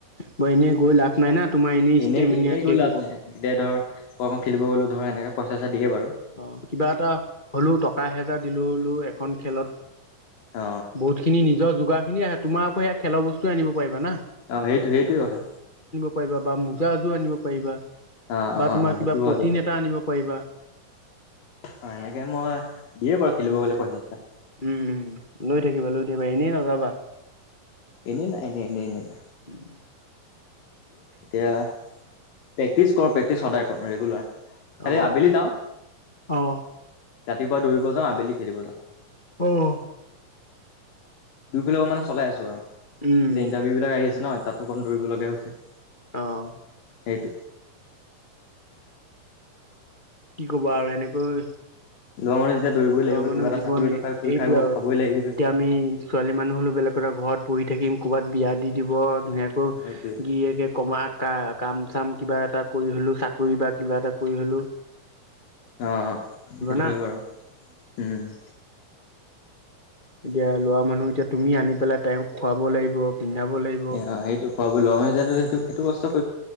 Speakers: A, on the left; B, on the left.
A: মই এনেই গৈ লাভ নাই না। তোমাৰ এনেই
B: এনেই-এনেই
A: ষ্টেমিনা শেষ
B: গলে লাভ
A: হ'ব।
B: নাই এতিয়া ধৰ কোৱা ক খেলিব গ'লো ধৰ এনেকে পইচা চইচা দিয়ে বাৰু
A: অ কিবা এটা হলো টকা হেজাৰ দিলোলো এখন খেলত
B: অ
A: বহুত খিনি নিজৰ যোগাৰ খিনি আহে তোমাৰ আকৌ সেয়া খেলৰ বস্তুৱয়ে আনিব পাৰিবা না।
B: অ' সেইটো সেইটোৱে কথা।
A: আ, পাৰিবা বা মোজা এযোৰ আনিব পাৰিবা
B: অ
A: বা
B: অ
A: তোমাৰ
B: সেইটো হয়
A: প্ৰটিন
B: বাৰু
A: এটা আনিব পাৰিবা।
B: অ' এনেকে মই দিয়ে বাৰু খেলিব
A: উম-উম
B: গ'লে পইচা চইচা
A: লৈ থাকিবা লৈ থাকিবা এনেই নাযাবা।
B: এনে নাই এনে-এনে-এনে ন
A: উম,
B: এতিয়া প্ৰেক্টিচ কৰো প্ৰেক্টিছ সদায়। ৰেগুলাৰ খালি
A: অ
B: আবেলি যাওঁ।
A: অ',
B: ৰাতিপুৱা দৌৰিব যাওঁ আবেলি খেলিব যাওঁ।
A: অহ,
B: দুইফাল পৰা মানে চলাই আছো আৰু এতিয়া
A: উম
B: ইণ্টাৰভিউ বিলাক আহি আছে ন তাতো অকণ দৌৰিবলগীয়া হৈছে।
A: আহঁ
B: সেইটো
A: কি কবা আৰু এনেকৈ
B: ল'ৰা মানুহ যেতিয়া দৌৰিবই লাগিব
A: লৰা মানুহৰ
B: কিবা এটা
A: জীৱন
B: চাকৰি হলেও খাই কৰি
A: এইটো
B: খাই বৈ
A: আৰু
B: খাবই
A: এতিয়া
B: লাগিবই
A: আমি ছোৱালী মানুহ হলেও বেলেগ। কা ঘৰত বহি থাকিম ক'ৰবাত বিয়া দি দিব ধুনীয়াকৈ
B: সেইটোৱে
A: গিৰিকে কমা ক কাম চাম কিবা এটা কৰি হ'লো চাকৰি বা কিবা এটা কৰি হ'লো।
B: অ' সেইটো
A: না
B: ভবিম আৰু উম,
A: এতিয়া লৰা মানুহ এতিয়া তুমি আনি পেলাই তেওঁক খুৱাব লাগিব। পিন্ধাব লাগিব
B: এ সেইটো খোৱাব লোৱা আমিটো সেইটো বস্তু